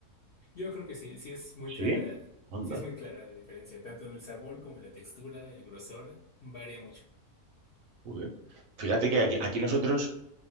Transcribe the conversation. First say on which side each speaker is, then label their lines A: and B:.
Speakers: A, on the left; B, on the right.
A: Yo creo que sí, sí es muy
B: Sí.
A: clara,
B: Anda.
A: sí es muy clara la diferencia, tanto en el sabor como en la textura, el grosor, varía mucho.
B: joder. Fíjate que aquí, aquí nosotros